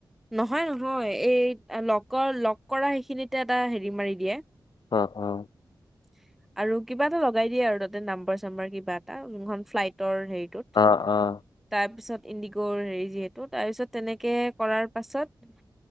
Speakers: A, in the centre; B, on the left.
A: নহয় নহয়। এই লগৰ লগ কৰা সেইখিনিতে এটা হেৰি মাৰি দিয়ে।
B: অ, অ।
A: <inaudible> আৰু কিবা এটা লগাই দিয়ে আৰু তাতে নাম্বাৰ চাম্বাৰ কিবা এটা, যোনখন ফ্লাইটৰ হেৰিটোত।
B: অ, অ।
A: তাৰ পিছত ইণ্ডিগৰ হেৰি যিহেতু। তাৰ পিছত তেনেকে কৰাৰ পাছত